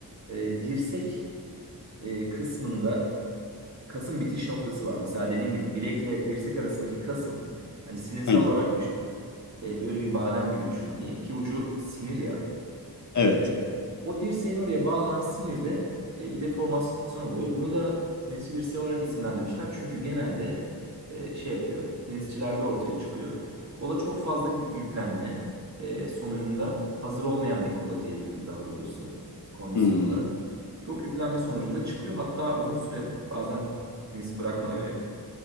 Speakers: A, on the right; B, on the left.
A: e, dirsek e, kısmında kasın bitiş noktası var. Mesela dediğin gibi bilekle dirsek arasındaki kasın hani sinirsel
B: aynen.
A: olarak düşün. E, böyle bir badem gibi düşün hani. İki ucu sinir ya.
B: Evet.
A: E, o dirseğin oraya bağlanan sinirde e, bir deformasyon oluyor. Bunu da tenisçi dirseği olarak isimlendirmişler. Çünkü genelde e, şey yapıyor. Tenisçilerde ortaya çıkıyor. Kola çok fazla yü- yüklenme e, sonucunda hazır olmayan bir kola diyebilirim daha doğrusu kondisyon
B: Hmm.
A: olarak. Çok yüklenme sonucunda çıkıyor. Hatta uzun süre bazen tenisi bırakmana bile